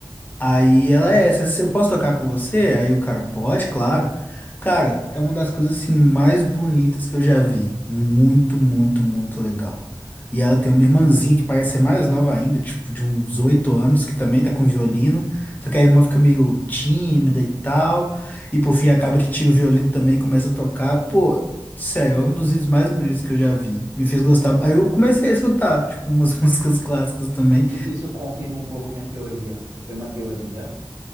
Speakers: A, on the left (about 20°); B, on the right (about 50°).
A: Aí ela é essa, eu posso tocar com você? Aí o cara, pode, claro. Cara, é uma das coisas assim mais bonitas que eu já vi. Muito, muito, muito legal. E ela tem uma irmãzinha que parece ser mais nova ainda, tipo de uns oito anos, que também tá com violino. Só que a irmã fica meio tímida e tal. E por fim acaba que tira o violino também e começa a tocar. Pô, sério, é um dos vídeos mais bonitos que eu já vi. Me fez gostar. Aí eu comecei a escutar, tipo, umas <laughs> músicas clássicas também.
B: E isso confirma um pouco minha teoria. Eu tenho uma teoria